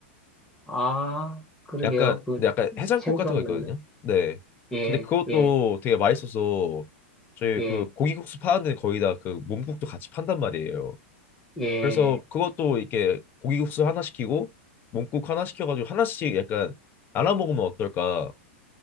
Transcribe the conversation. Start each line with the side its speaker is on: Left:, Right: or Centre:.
Centre: 아, 그러게요.
Left: 약간
Centre: 그
Left: 근데 약간 해장국
Centre: 생소한
Left: 같은 거 있거든요.
Centre: 건데.
Left: 네.
Centre: 예,
Left: 근데 그것도
Centre: 예,
Left: 되게 맛있어서 저희
Centre: 예,
Left: 그 고기국수 파는데 거의 다 그 몸국도 같이 판단 말이에요.
Centre: 예.
Left: 그래서 그것도 이렇게 고기국수 하나 시키고 몸국 하나 시켜가지고 하나씩 약간 나눠 먹으면 어떨까?